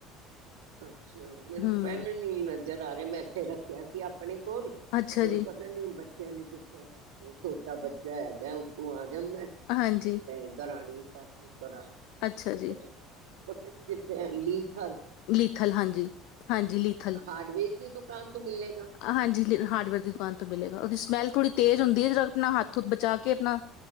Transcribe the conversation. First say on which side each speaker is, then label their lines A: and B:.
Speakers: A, on the right; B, on the left.
A: ਅੱਛਾ ਮੈਨੂੰ
B: ਹੂੰ,
A: ਪੈਨ ਨੀ ਨਜ਼ਰ ਆ ਰਿਹਾ ਮੈਂ ਇੱਥੇ ਰੱਖਿਆ ਸੀ ਆਪਣੇ ਕੋਲ
B: ਅੱਛਾ
A: ਹੌਣ
B: ਜੀ,
A: ਪਤਾ ਨੀ ਬ <unintelligible> ਬੱਚਿਆਂ ਨੀ ਕਿੱਥੇ ਆ ਛੋਟਾ ਬੱਚਾ ਹੈਗਾ ਕੈ ਉੱ ਤੋਂ ਆ ਜਾਂਦਾਦਾੈਂ ਕ
B: ਹਾਂਜੀ,
A: ਇੱਦਰਣੀ <unintelligible> ਡਪੋ <unintelligible>
B: ਅੱਛਾ ਜੀ,
A: <unintelligible> ਜਿੱਥੇ ਲੀ ਥੱਲ <inaudible>
B: ਲੀਥਲ ਹਾਂਜੀ -ਹਾਂਜੀ, ਲੀਥਲ
A: ਹਾਰਡਵੇਅਰ ਦੀ ਦੁਕਾਨ ਤੋਂ ਮਿਲੇਗਾ
B: ਹਾਂਜੀ ਹਾਰਡਵੇਅਰ ਦੀ ਦੁਕਾਨ ਤੋਂ ਮਿਲੇਗਾ, ਉਹਦੀ ਮੇਲ ਕੁੜੀ ਤੇਜ਼ ਹੁੰਦੀ ਹੈ,
A: ਅੱਛਾ
B: ਜ ਆਪਣਾ ਹੱਥ ਹੁੱਥ ਬਚਾ ਕੇ ਆਪਣਾ